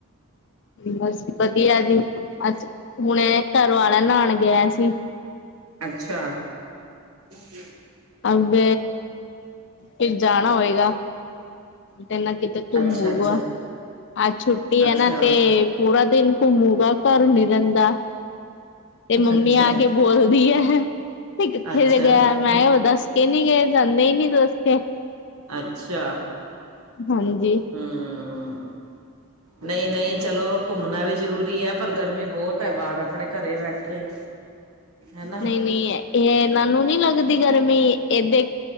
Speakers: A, on the left; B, on the right.
A: ਬਸ ਵਧੀਆ ਜੀ ਅੱਜ ਹੁਣੇ ਘਰਵਾਲਾ ਨਾਨ ਗਿਆ ਸੀ
B: ਅੱਛਾ ਅੱਛਾ
A: ਅਬ ਫਿਰ ਜਾਣਾ ਹੋਏਗਾ ਤੇ ਨਾ ਕਿਤੇ ਘੁੰਮੂਗਾ
B: ਅੱਛਾ-ਅੱਛਾ,
A: ਆਜ ਛੁੱਟੀ
B: ਅੱਛਾ,
A: ਹੈ ਨਾ ਤੇ ਪੂਰਾ ਦਿਨ ਘੁੰਮੂਗਾ ਘਰ ਨੀ ਰੈਂਦਾ ਤੇ ਮੰਮੀ
B: ਅੱਛਾ,
A: ਆ ਕੇ ਬੋਲਦੀ ਹੈ ਤੇ ਕਿੱਥੇ
B: ਅੱਛਾ।
A: ਜ ਗਿਆ ਨਾ ਉਹ ਦਾੱਸ ਕਿ ਨਹੀਂ ਗ ਜਾਂਦੇ ਹੀ ਨੀ ਦਸਕੇ
B: ਅੱਛਾ।
A: ਹਾਂਜੀ।
B: ਹਾਂ ਨਈਂ-ਨਈਂ ਚਲੋ ਘੁੰਮਨਾ ਵੀ ਜ਼ਰੂਰੀ ਐ। ਪਰ ਗਰਮੀ ਬੋਤ ਐ ਬਾਰ ਆਪਨੇ ਘਰੇ ਬੈਠੇ ਹਨਾ
A: ਨਈ-ਨਈ ਏਨਾਂ ਨੂੰ ਨੀ ਲੱਗਦੀ ਗਰਮੀ ਏਦੇ